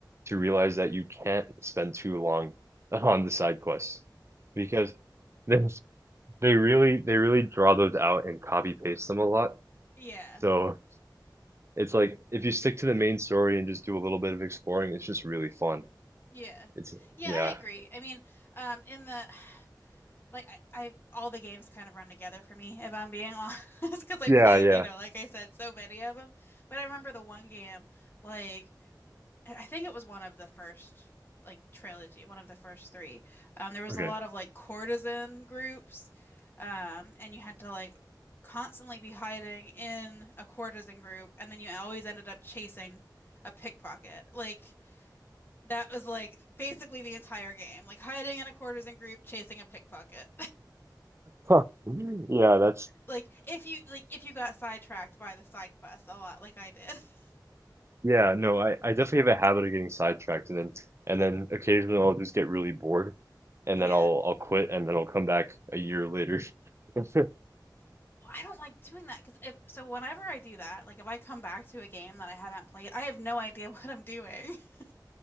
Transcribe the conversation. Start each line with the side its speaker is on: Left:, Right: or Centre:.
Right: to realize that you can't spend too long <laughs> on the side quests because they they really they really draw those out and copy paste them a lot.
Left: Yeah.
Right: So it's like if you stick to the main story and just do a little bit of exploring, it's just really fun.
Left: Yeah.
Right: It's
Left: Yeah,
Right: yeah.
Left: I agree. I mean, um in the like I, I all the games kind of run together for me if I'm being honest <laughs> because I
Right: Yeah,
Left: played
Right: yeah.
Left: you know like I said so many of them but I remember the one game like I I think it was one of the first like trilogy one of the first three um, there was
Right: Okay.
Left: a lot of like courtesan groups um, and you had to like constantly be hiding in a courtesan group and then you always ended up chasing a pickpocket like that was like basically the entire game like hiding in a courtesan group chasing a pickpocket
Right: Huh. Yeah, that's
Left: Like if you like if you got sidetracked by the side quests a lot, like I did. <laughs>
Right: Yeah, no, I, I definitely have a habit of getting sidetracked and then and then occasionally I'll just get really bored and
Left: Yeah.
Right: then I'll I'll quit and then I'll come back a year later. <laughs>
Left: I don't like doing that because if so, whenever I do that, like if I come back to a game that I haven't played, I have no idea <laughs> what I'm doing. <laughs>